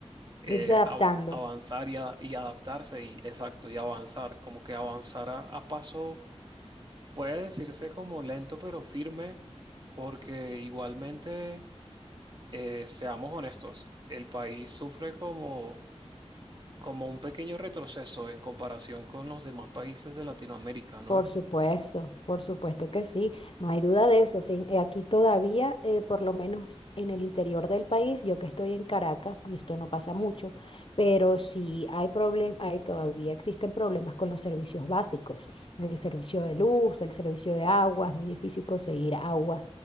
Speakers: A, on the right; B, on the left.
A: eh,
B: irse adaptando.
A: av- avanzar y, a- y adaptarse y exacto, y avanzar, como que avanzar a, a paso, puede decirse como lento pero firme, porque igualmente, eh, seamos honestos, el país sufre como, como un pequeño retroceso en comparación con los demás países de Latinoamérica, ¿no?
B: Por supuesto, por supuesto que sí, no hay duda de eso. sí. Eh, Aquí todavía, eh, por lo menos en el interior del país, yo que estoy en Caracas, y esto no pasa mucho, pero sí hay problemas, hay, todavía existen problemas con los servicios básicos, el servicio de luz, el servicio de agua, es muy difícil conseguir agua,